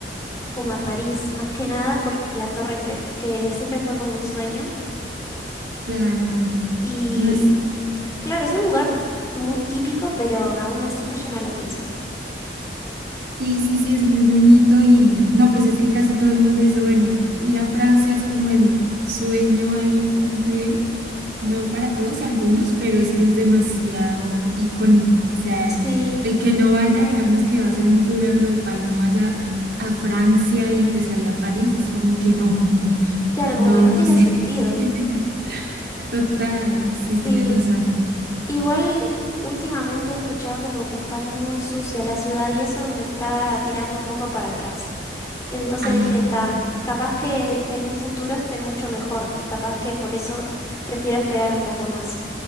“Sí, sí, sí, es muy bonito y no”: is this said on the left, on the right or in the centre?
Right